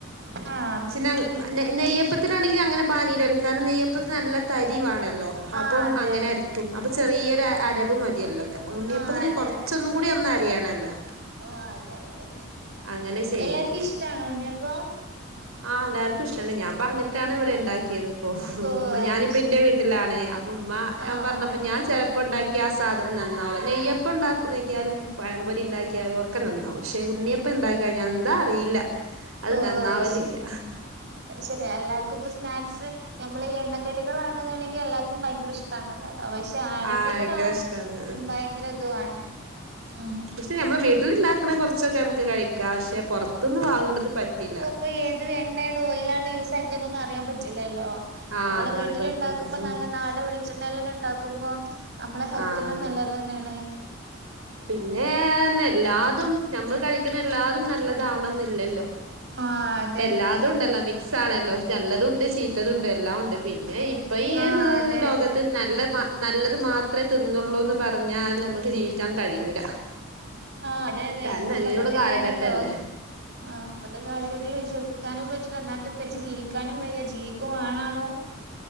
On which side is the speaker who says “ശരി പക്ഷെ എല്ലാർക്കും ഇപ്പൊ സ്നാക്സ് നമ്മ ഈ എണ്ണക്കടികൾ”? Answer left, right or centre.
Right